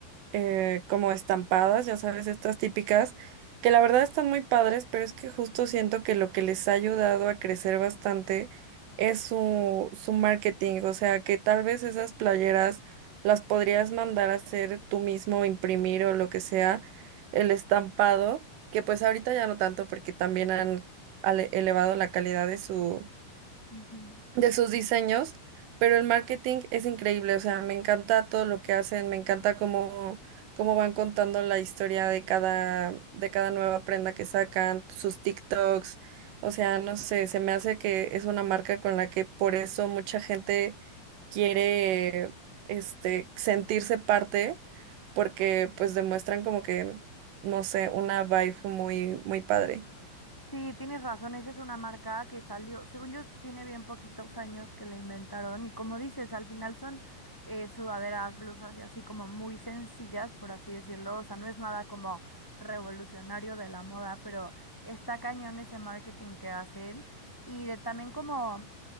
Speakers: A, on the right; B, in the centre.
A: eh, como estampadas, ya sabes, estas típicas, que la verdad están muy padres, pero es que justo siento que lo que les ha ayudado a crecer bastante es su, su marketing, o sea, que tal vez esas playeras las podrías mandar a hacer tú mismo, imprimir o lo que sea, el estampado, que pues ahorita ya no tanto porque también han ale- elevado la calidad de su
B: Ujú.
A: de sus diseños, pero el marketing es increíble, o sea, me encanta todo lo que hacen, me encanta cómo, cómo van contando la historia de cada, de cada nueva prenda que sacan, sus TikToks, o sea, no sé, se me hace que es una marca con la que por eso mucha gente quiere, este, sentirse parte, porque pues demuestran como que, no sé, una vibe muy, muy padre.
B: Sí, tienes razón, esa es una marca que salió, según yo, tiene bien poquitos años que la inventaron y como dices, al final son eh, sudaderas, blusas y así como muy sencillas, por así decirlo, o sea, no es nada como revolucionario de la moda, pero está cañón ese marketing que hacen y de también como